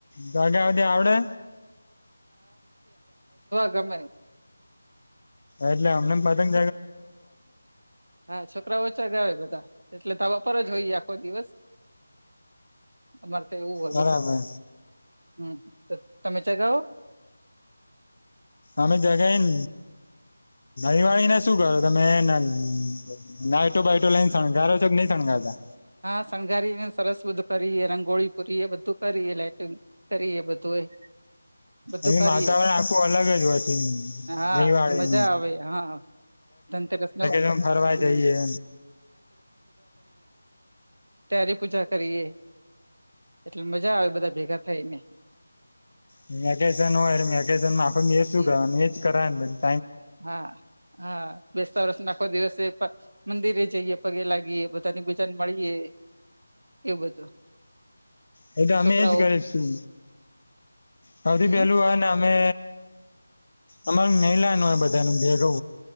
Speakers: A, on the left; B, on the right.
A: જગ્યાધી આવડે?
B: ગમેન
A: એટલે અમનેમ મધંગ
B: હા છોકરા ઓછા ગ બધા એટલે તવા પર જ હોઈએ આખો દિવસ અમારે તો એવું હોર
A: બરાબર
B: બધું હમ તો તમે ચ ગો
A: અમે જગાને દિવાળીને શું કરો તમે નાટો બાટો લઈને શણગારો છો કે નઈ શણગારતા
B: હા, શણગારીને સરસ બધું કરીએ રંગોળી પૂરી એ બધું કરીએ લાઈટિંગ કરી, એ બધું એ બધું
A: એ
B: કરીએ
A: વાતાવરણ આખું અલગ જ હો છે,
B: હા
A: દવાળી
B: તો મજા આવે હા ધનતેરસ ન
A: નું ફરવા
B: હમ
A: જઈએ.
B: તરે પૂજા કરીએ એટલે મજા આવે બધા ભેગા થાય ને
A: મેકેન હોય મેકેન માખ ને
B: હમ
A: શું કરવાનું એજ કરને
B: હા હા બેસ્તા વરષ નાખો દિવસે મંદિરે જઈએ, પગે લાગીએ બધાની ભજન મળીએ એવું બધું.
A: એ તો અમે
B: છોકરાઓ
A: એજ કરીશું સૌથી
B: હમ
A: પેલું હોય ને અમે અમાર મહિલાનું બધાનું ભેગુ